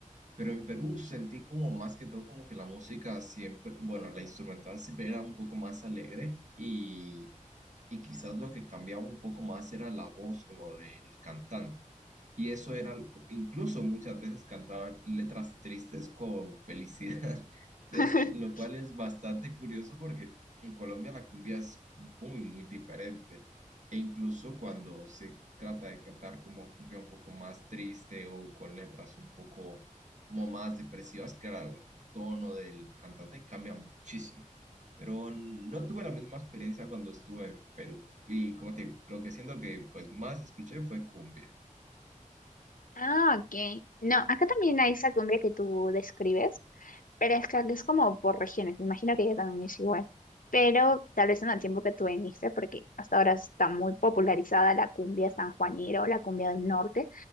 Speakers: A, on the right; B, on the left.
A: Pero en Perú sentí como más que todo como que la música siempre, bueno, la instrumental siempre era un poco más alegre y, y quizás lo que cambiaba un poco más era la voz como del cantante. Y eso era, lo- incluso muchas veces cantaban letras tristes con felicidad. <laughs> Entonces,
B: <laughs>
A: lo cual es bastante curioso porque en Colombia la cumbia es muy, muy diferente. E incluso cuando se trata de cantar como cumbia un poco más triste o con letras un poco como más depresivas, claro, el tono del cantante cambia muchísimo. Pero no tuve la misma experiencia cuando estuve en Perú. Y como te digo, lo que siento que pues más escuché fue cumbia.
B: Ah, ok. No, acá también hay esa cumbia que tú describes, pero es que acá es como por regiones. Me imagino que ella también es igual. Pero tal vez en el tiempo que tú viniste, porque hasta ahora está muy popularizada la cumbia sanjuanera o la cumbia del norte.